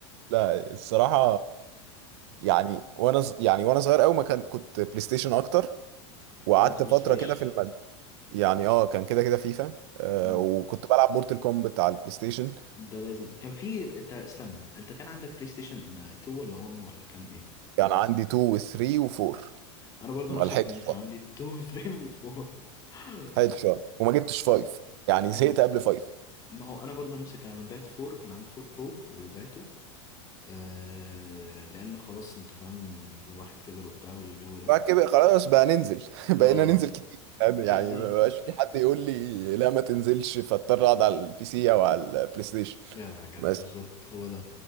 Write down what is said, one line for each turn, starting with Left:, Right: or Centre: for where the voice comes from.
Right: لا الصراحه يعني وانا ص- يعني وانا صغير قوي ما كان كنت بلاي ستيشن اكتر وقعدت
Left: كنت بلاي
Right: فتره
Left: ستيشن
Right: كده في المد يعني اه كان كده كده فيفا آه
Left: امم
Right: وكنت بلعب مورتال كومبت على البلاي ستيشن
Left: ده لازم كان في انت استنى انت كان عندك بلاي ستيشن آه، 2 ولا 1 ولا كان ايه
Right: كان عندي 2 و3 و4
Left: انا برضو
Right: ما
Left: نفس
Right: لحقتش
Left: الكلام كان
Right: طبعا.
Left: عندي 2 3 و 4 <laughs>
Right: لحقتش طبعا. وما جبتش 5 يعني زهقت
Left: كان
Right: قبل 5
Left: ما هو انا برضو نفس الكلام البات 4 كان عندي 4 برو وباته آه لان خلاص انت فاهم الواحد كبر وبتاع والجو ده
Right: بعد كده خلاص بقى ننزل <laughs> بقينا
Left: اه
Right: ننزل كتير فاهم؟
Left: بالظبط
Right: يعني ما بقاش في حد يقول لي لا ما تنزلش فاضطر اقعد على البي سي او على البلاي ستيشن
Left: جدع جدع
Right: بس
Left: بالظبط هو ده